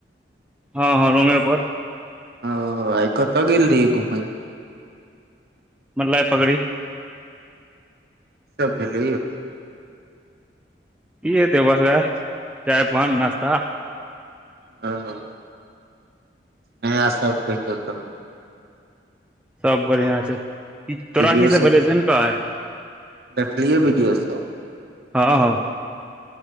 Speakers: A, in the centre; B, on the right.
A: हँ हँ रूमेप
B: ओ आ कतऽ गेलल रहिये घुमै लऽ
A: मतलए पकड़ी
B: ई सभ भेल
A: इहे देबे लऽ चाय पान नाश्ता भेल
B: ह नया सभ कहि तय?
A: सभ बढ़िआं छै। तोराकी
B: वीडियो
A: सभ
B: सब
A: भेलै से ने कहले
B: देखलियै वीडियो सभ
A: हँ हँ